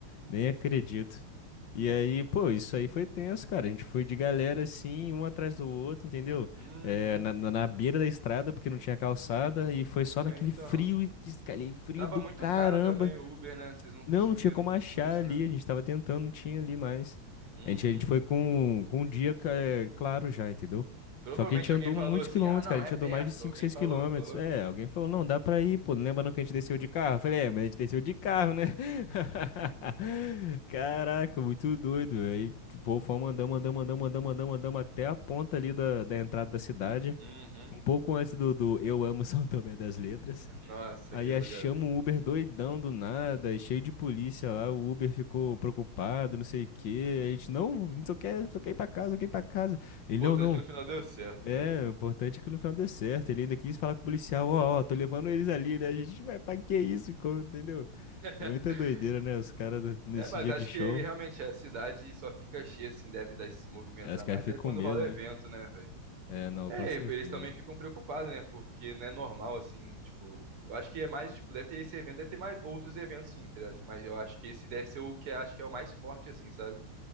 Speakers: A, on the left; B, on the right.
A: Nem acredito. E aí, pô,
B: É.
A: isso aí foi tenso, cara. A gente foi de galera assim, um atrás do outro, entendeu?
B: Uhum.
A: É, na, na, na beira da estrada, porque não tinha calçada, e foi só
B: É,
A: naquele
B: então.
A: frio, e diz- aquele frio
B: Tava
A: do
B: muito
A: caramba,
B: caro também o Uber, né? Vocês não
A: não,
B: conseguiram,
A: não tinha como
B: foi
A: achar
B: tipo isso,
A: ali,
B: né?
A: a gente tava tentando, não tinha ali mais.
B: Uhum.
A: A gente, a gente foi com, com um dia ca- é, claro já, entendeu?
B: Provavelmente
A: Só que a gente andou
B: alguém falou
A: muitos
B: assim,
A: quilômetros,
B: ah, não,
A: cara, a
B: é
A: gente
B: perto.
A: andou mais de 5
B: Alguém
A: 6
B: falou,
A: quilômetros.
B: não falou?
A: É, alguém falou, não, dá pra ir, pô, lembra não que a gente desceu de carro? Eu falei, é, mas a gente desceu de carro, né? <laughs> Caraca, muito doido. Aí pô, fomos andando, andando, andando, andando, andando, andando até a ponta ali da, da entrada da cidade.
B: Uhum.
A: Um pouco antes do, do Eu Amo São Tomé das Letras.
B: Nossa,
A: Aí
B: aquele
A: a-
B: lugarzinho.
A: chama um Uber doidão do nada, e cheio de polícia lá, o Uber ficou preocupado, não sei o quê. A gente, não, a gente só quer, só quer ir pra casa, só quer ir pra casa. Ele,
B: Importante
A: não, não.
B: que no final deu certo,
A: É,
B: né, velho?
A: o importante é que no final dê certo. Ele ainda quis falar com o policial, ó, ó, tô levando eles ali, né? A gente vai, pra que isso? Como- entendeu?
B: <laughs>
A: É muita doideira, né? Os caras do- nesse
B: É, mas
A: dia
B: acho
A: de show,
B: que realmente a cidade só fica cheia, assim, deve dar esses movimentos
A: é, os
B: a
A: caras
B: mais.
A: ficam
B: É quando
A: com medo,
B: rola evento,
A: né?
B: né, velho?
A: É, não,
B: É,
A: com certeza.
B: e eles também ficam preocupados, né? Porque não é normal, assim, tipo. Eu acho que é mais, tipo, deve ter esse evento, deve ter mais outros eventos, sim, tá ligado? Mas eu acho que esse deve ser o que eu acho que é o mais forte, assim, sabe?